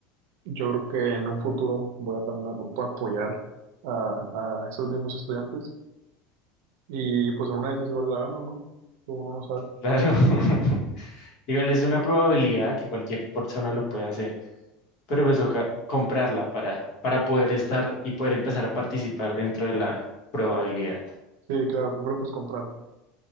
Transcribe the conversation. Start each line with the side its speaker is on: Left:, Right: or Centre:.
Right: Yo creo que en un futuro voy a también a- a apoyar a, a esos mismos estudiantes y pues en una de esas igual la gano, ¿no? Uno no sabe.
Left: Claro. <laughs> Dígale, es una probabilidad que cualquier persona lo puede hacer, pero pues toca comprarla para, para poder estar y poder empezar a participar dentro de la probabilidad.
Right: Sí, claro, primero pues comprar.